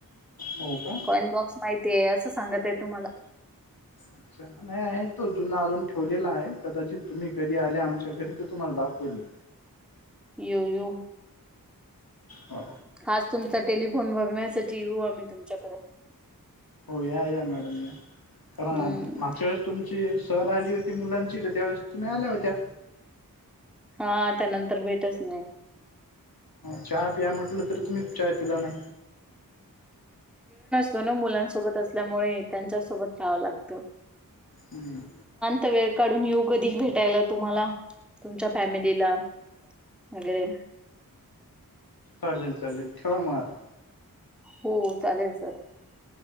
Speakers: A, on the left; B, in the centre.
A: हो का
B: कॉईन बॉक्स माहिती आहे असं सांगत आहे तुम्हाला.
A: अच्छा नाही आहे तो जुना अजून ठेवलेला आहे कदाचित तुम्ही कधी आल्या आमच्या घरी तर तुम्हाला दाखवेल मी.
B: येऊ येऊ
A: हो
B: खास तुमचा टेलिफोन बघण्यासाठी येऊ आम्ही तुमच्याकडे
A: हो या या मॅडम या कारण
B: हम्म
A: हा मागच्या वेळेस तुम चे सहल आली होती मुलांची तर त्यावेळेस तुम्ही आल्या होत्या.
B: हा त्यानंतर भेटच नाही
A: चहा पिया म्हटलं तर तुम्ही चाय पिला नाय
B: जणू मुलांसोबत असल्यामुळे त्यांच्या सोबत राहावं लागतं
A: हम्म.
B: त वेळ काढून येऊ कधी भेटायला तुम्हाला तुमच्या फॅमिलीला वैगरे
A: चालेल चालेल ठेवा म आता
B: हो चालेल सर